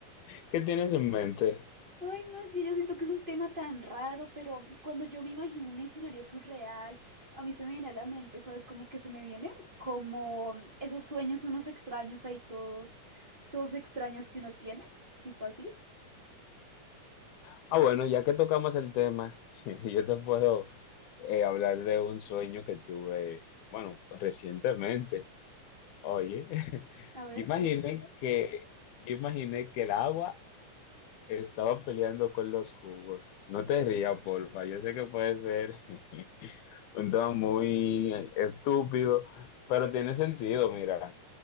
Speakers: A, on the left (about 80°); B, on the right (about 25°).
A: qué tienes en mente?
B: Ay, no, es que yo siento que es un tema tan raro, pero cuando yo me imagino un escenario surreal, a mí se me viene a la mente, ¿sabes? Como que se me vienen como esos sueños unos extraños ahí todos, todos extraños que uno tiene, tipo así.
A: Ah, bueno, ya que tocamos el tema, <laughs> yo te puedo eh, hablar de un sueño que tuve, bueno, recientemente. Oye, <laughs>
B: A ver,
A: yo imaginé
B: cuenta, cuenta.
A: que, yo imaginé que el agua estaba peleando con los jugos. No te rías, porfa. Yo sé que puede ser <laughs> un tema muy estúpido, pero tiene sentido, mira.